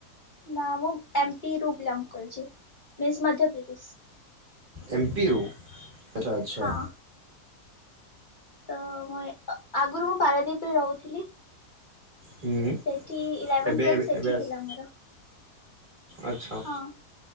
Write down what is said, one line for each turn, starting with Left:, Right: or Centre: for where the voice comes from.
Left: ନା ମୁଁ ଏମପି ରୁ ବିଲଙ୍ଗ କରିଛି ମିନ୍ସ ମଧ୍ୟପ୍ରଦେଶ।
Right: ଏମପି ରୁ ଆଚ୍ଛା ଆଚ୍ଛା।
Left: ହଁ ତ ମୁଁ ଏ ଆଗୁରୁ ମୁଁ ପାରାଦୀପରେ ରହୁଥିଲି।
Right: ହୁଁ
Left: ସେଠି ଇଲେଭେନ
Right: ଏବେ
Left: ଟୁଏଲଭ ସେଠି
Right: ଏବେ ଆସ-
Left: ଥିଲା ମୋର।
Right: ଆଚ୍ଛା
Left: ହଁ